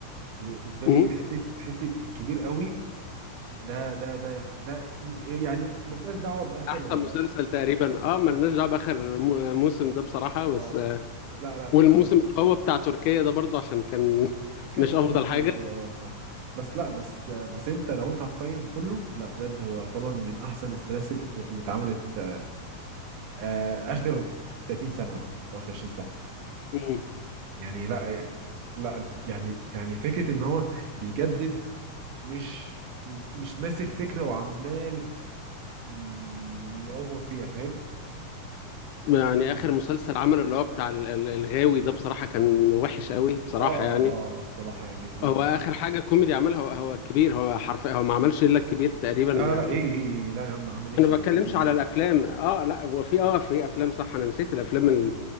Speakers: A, on the right; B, on the left.
A: بالنسبه
B: مم.
A: لي حته حته الكبير قوي ده ده ده ده ي- يعني ملناش دعوه باخر
B: احسن مسلسل
A: اه
B: تقريبا اه ملناش دعوه باخر مو- موسم ده بصراحه بس
A: آه،
B: آه،
A: لا لا
B: والموسم
A: لا مش
B: القوي بتاع تركيا ده برضه عشان كان
A: كان
B: مش
A: دمه
B: افضل
A: تقيل
B: حاجه
A: شويه اه آه، صح بس لا بس آه، بس انت لو انت هتقيم كله لا بجد هو يعتبر من احسن السلاسل اللي اتعملت آه، اخر 30 سنه مثلا او اخر 20 سنه
B: مم.
A: يعني لا لا يعني يعني فكره ان هو بيجدد مش مش ماسك فكرة وعمال ي- يأوفر فيها فاهم
B: يعني
A: ده بالنسبة
B: اخر مسلسل عمله اللي هو بتاع ال- ال- الغاوي ده بصراحه كان وحش قوي بصراحه
A: اه
B: يعني
A: اه الصراحة يعني اه
B: هو اخر حاجه كوميدي عملها هو هو الكبير هو حرفيا هو ما عملش الا الكبير تقريبا
A: لا
B: يعني
A: لا لا ايه ايه إيه، لا يا عم عامل اتش
B: انا ما
A: دبور
B: بتكلمش على الافلام اه لا هو في اه في افلام صح انا نسيت الافلام اللي